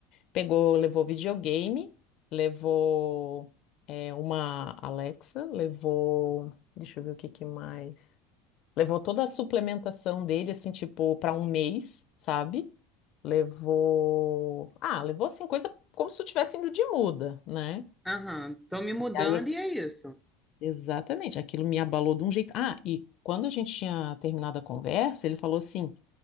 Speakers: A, on the left; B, in the centre.
A: Pegou, levou videogame, levou é, uma Alexa, levou, deixa eu ver o que que mais. Levou toda a suplementação dele, assim, tipo, para um mês, sabe? Levou. Ah, levou, assim, coisa como se eu tivesse indo de muda, né?
B: Aham, tô me mudando
A: E aí,
B: e é isso.
A: exatamente, aquilo me abalou de um jeito. Ah, e quando a gente tinha terminado a conversa, ele falou assim: